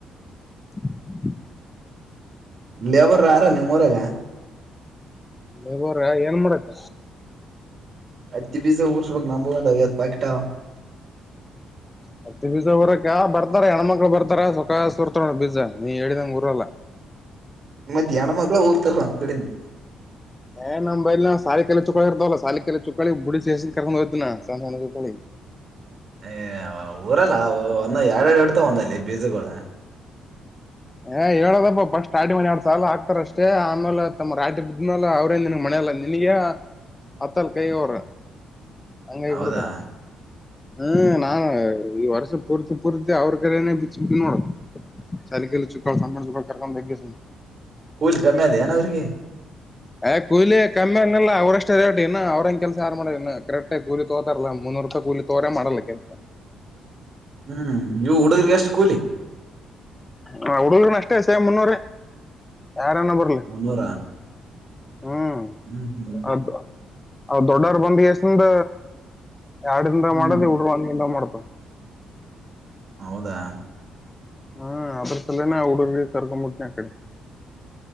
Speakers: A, on the left; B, on the right.
A: <unintelligible>
B: ಲೇಬರ್ ಆರ ನಿಮ್ಮ ಊರಾಗ
A: ಲೆಬೋರ ಏನ್ ಮಾಡಕ್ಕ.
B: ಹತ್ತಿ ಬಿಜಾ ಉರ್ಸಬೆಕ್ ನಮ್ಮುವ್ ಒಂದ್ ಐವತ್ತ್ ಪಾಕಿಟ್ ಆವ್.
A: ಹತ್ತಿ ಬೀಜ ಊರಾಕ ಬರ್ತ ಬರ್ತಾರ ಹೆಣ್ಮಕ್ಳು ಬರ್ತಾರ ಸುಖ ಸುರ್ತ ನೋ ಬೀಜ ನೀ ಹೇಳಿದಂಗ ಊರಲ್ಲ.
B: ಮತ್ತ್ ಹೆಣ್ಣ ಮಕ್ಕಳ ಊರ್ತರ ನಮ್ಮ ಕಡಿಂದ.
A: ಏ ನಮ್ಮ ಬಲ್ಲಿ ನಾವ್ ಸಾಲಿ ಕಲ್ಯಾ ಚುಕ್ಕಳಿ ಇರ್ತವಲ್ಲ ಸಾಲಿ ಕಲ್ಯಾ ಚುಕ್ಕಳಿ ಬುಡಿ ಸೇರ್ಸಿಂದ ಕರ್ಕೊಂಡ್ ಹೋತಿನ.
B: ಏ ಯ ಊರಲ್ಲ ಒಂದ ಯಡ್ಯಾಡ್ ಇಡ್ತಾವ ಒಂದಲ್ಲಿ ಬೀಜಗೋಳ
A: ಏ ಹೇಳೋದಪ್ಪ ಫರ್ಸ್ಟ್ ಸ್ಟಾರ್ಟಿಂಗ್ <unintelligible> ಸಾಲ ಹಾಕ್ತಾರ ಅಷ್ಟೇ ಆಮೇಲ ತಮ್ಮ ರಾಟಿ ಬಿದ್ದಮ್ಯಾಲ್ ಅವ್ರೇನ್ ನಿನ್ಗ್ ಮನ್ಯಲ್ಲ ನಿನಗೆ ಹತ್ತಲ್ ಕೈಗ ಅವ್ರ. ಹಂಗ ಆಗಿ
B: ಹೌದಾ
A: ಬಿಡ್ತದ ಹ್ಮ್ ನಾನ ಈ ವರ್ಷ ಪುರ್ತಿ ಪೂರ್ತಿ ಅವ್ರ ಕಡೆನೆ ಬಿಚ್ಚ ಬಿಟ್ಟಿನ್ ನೋಡ ಸಾಲಿ ಕಲಿಕ್ ಚಿಕ್ ಸಣ್ಣ ಹುಡ್ಗುರ್ನ ಕರ್ಕೊಂಡ್ ಹೋದ್ಕೆಶಿಂದ.
B: ಕೂಲಿ ಕಮ್ಮಿ ಅದ ಏನ ಅವ್ರಿಗೆ
A: ಏ ಕುಯ್ಲಿ ಕಮ್ಮ ಏನಿಲ್ಲ ಅವರ ಷ್ಟರ ಡೇಟ್ ಇನ್ನ ಅವ್ರಂಗ ಕೆಲ್ಸ ಯಾರ ಮಾಡೋಲ್ ಇನ್ನಾ ಕರೆಕ್ಟಾಗಿ ಕೂಲಿ ತೋತಾರಲ್ಲ ಮುನ್ನೂರ್ ರೂಪಾಯಿ ಕೂಲಿ ತೋರೆ ಮಾಡಲ್ಲ ಕೆಲ್ಸ.
B: ಹ್ಮ್ ಇವು ಹುಡುಗ್ರಿಗ್ ಎಷ್ಟು ಕೂಲಿ.
A: ಹ ಹುಡುಗ್ರನ ಅಷ್ಟೇ ಸೇಮ್ ಮುನ್ನೂರೆ ಯಾರ ಅನಾ ಬರ್ಲಿ.
B: ಮುನ್ನೂರ
A: ಹ್ಮ್
B: ಹ್ಮ್ ಹ್ಮ್
A: ಅದ್ ಅವ್ ದೊಡ್ಡೊರ ಬಂದ ಕೇಶಿಂದ ಯಾಡ್ ದಿಂದಾಗ್ ಮಾಡದ
B: ಹ್ಮ್
A: ಈ ಹುಡಗುರು ಒಂದಿಂದಾಗ್ ಮಾಡ್ <unintelligible>
B: ಹೌದಾ.
A: ಹ್ಮ್ ಅದರ್ಸಲ್ಲನ ಹುಡುಗ್ರಿಗ ಕರ್ಕೊಂಬಿಡ್ತೀನ್ ಅಕಡೆ.